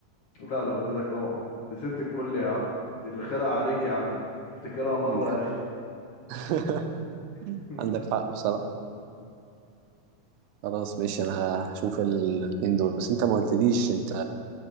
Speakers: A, on the left; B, on the right.
A: لا لوالدتك طبعا دي ست الكل يا عم دي اللي خيرها عليك يا عم افتكرها مرة
B: دي حاجة.
A: يا اخي
B: <laughs>
A: <laughs>
B: عندك حق بصراحة خلاص ماشي انا هشوف ال- الاتنين دول بس انت ما قلتليش انت